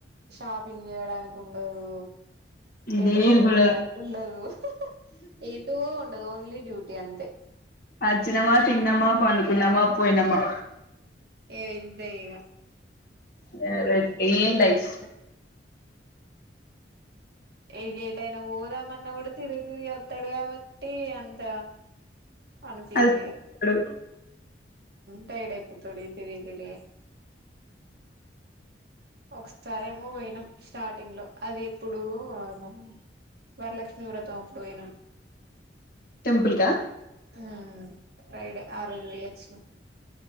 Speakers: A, on the right; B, on the left.
A: షాపింగ్ చేయడానికి ఉండదు టెంపుల్
B: దేనికి
A: క వెళ్ళడానికి
B: ఉండదు
A: ఉండదు ఏ టటు ఉండదు ఓన్లీ డ్యూటీ అంతే
B: అచ్చనమా తిన్నమా పంకున్నామా పోయినమా
A: ఏమింత ఇక
B: వ రన్ లైఫ్
A: ఎగేటైనా పోదామన్నా కూడా తిరిగి తిరిగి వస్తాడు కాబట్టి అంత అనుపించద
B: అడు
A: టడైర్డ్యిపోతడు త తెరి ఒకసారేమో పోయినాం స్టార్టింగ్ లో అది ఎప్పుడు మనం వరలక్ష్మి వ్రతంప్పుయినా
B: టెంపుల్ క
A: హ్మ ఫ్రైడే ఆ రోజు పోయోచినాం